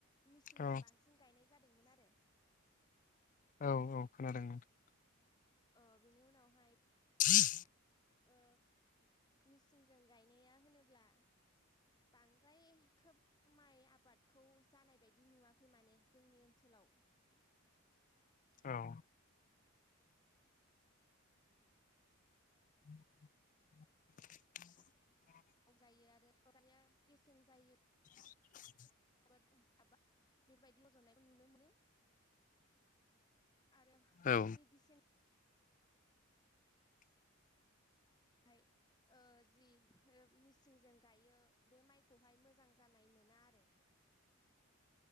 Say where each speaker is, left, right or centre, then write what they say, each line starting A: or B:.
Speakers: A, on the left; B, on the left.
A: मिसिनजों
B: औ
A: बांसिन गायनाय जादोंमोन आ रो
B: औ औ खोनादोंमोन नोंथां
A: ओ बिनि उनावहाय
B: <unintelligible>
A: ओ मेसिनजों गायनाया होनोब्ला बांद्राय खोब माइ आबादखौ जानाय बायदि नुवाखै माने जोंनि ओनसोलाव।
B: औ <inaudible> <inaudible>
A: <unintelligible> जायो आरो <unintelligible> गेसें जायो
B: <inaudible>
A: <unintelligible> बेफोरबायदि रजनायखौ नुनो मोनो। आरो
B: औ।
A: मेडिसिन हाय ओ जि ओ मिसिनजों गायो बे माइखौहाय मोजां जानाय मोना आरो।